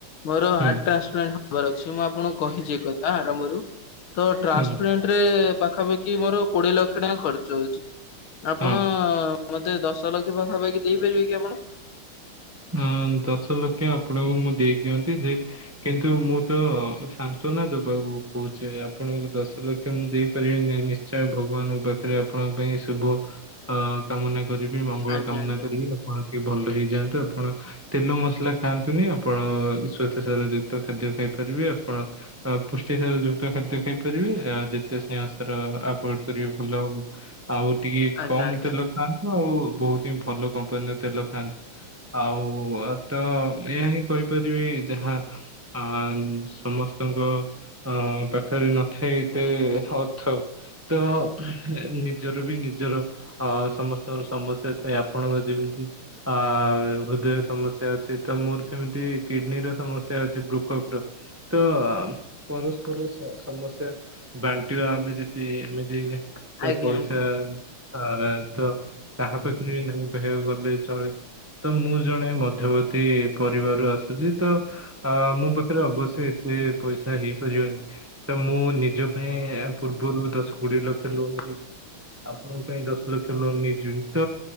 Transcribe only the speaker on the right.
ହୁଁ
ହୁଁ
ହଁ।
ହୁଁ। ଆଁ ଦଶ ଲକ୍ଷ ଆପଣଙ୍କୁ ମୁଁ ଦେଇ ଦିଅନ୍ତି ଯେ କିନ୍ତୁ ମୁଁ ତ ଶାନ୍ତନା ଦେବା ଆଉ କହୁଛେ ଆପଣଙ୍କୁ ଦଶ ଲକ୍ଷ ମୁଁ ଦେଇପାରିବିନି ନିଶ୍ଚୟ ଭଗବାନଙ୍କ ପାଖରେ ଆପଣଙ୍କ ପାଇଁ ଶୁଭ ଶୁଭ ଅ କାମନା କରିବି ମଙ୍ଗଳ
କାମନା
କରିବି ଆପଣ ଟିକେ ଭଲ ହେଇଯାଆନ୍ତୁ ଆ ଆପଣ ଓ ତେଲ ମସଲା ଖାଆନ୍ତୁନି ଆପଣ ସ୍ୟେତ ସାର ଯୁକ୍ତ ଖାଦ୍ୟ ଖାଇପାରିବେ ଆପଣ ଅ ପୁଷ୍ଟି ସାର ଯୁକ୍ତ ଖାଦ୍ୟ ଖାଇପାରିବେ ଆ ଯେତେ ସ୍ନେହ ସାର ଆଭଏଡ କରିବେ ଭଲ ହବ। ଆଉ ଟିକେ
କମ
ତେଲ ଖାଆନ୍ତୁ ଆଉ ବହୁତ ହି ଭଲ କମ୍ପାନୀର ତେଲ ଖାଆନ୍ତୁ। ଆଉ ତ ଏହାଇ ହିଁ କହିପାରିବି ଯାହା ଅ ସମସ୍ତ ତାଙ୍କ ଅ ପାଖରେ ନଥାଏ ଏତେ ଅର୍ଥ ତ ଉହୁଁ ନିଜର ବି ନିଜର ଅ ସମସ୍ତଙ୍କର ସମସ୍ୟା ଥାଏ ଆପଣଙ୍କ ଯେମିତି ଆ ହୃଦୟ ସମସ୍ୟା ଅଛି ତ ମୋର ସେମିତି କିଡନୀର ସମସ୍ୟା ଅଛି ବୃକ୍ଷକ ର ତ ଅମ ପରସ୍ପର ସହ ସମସ୍ୟା ବାଣ୍ଟିବା ଆମେ ଯଦି ଏମିତି ତ
ପଇସା
ଆ ତ କାହା ପାଖରେ ନାଇ କହିବାକୁ ଗଲେ ଚଳେ। ତ ମୁଁ ଜଣେ ମଧ୍ୟବର୍ତ୍ତୀ ପରିବାରରୁ ଆସୁଛି ତ ଅ ମୋ ପାଖରେ ଅବଶ୍ୟ ଏତେ ରେ ପଇସା ହେଇପାରିବନି ତ ମୁଁ ନିଜ ପାଇଁ ପୂର୍ବରୁ ଦଶ କୋଡିଏ ଲକ୍ଷ ଲୋନ ଦେଇଛି। ଆପଣଙ୍କ ପାଇଁ ଦଶ ଲକ୍ଷ ଲୋନ ନେଇଯିବି ତ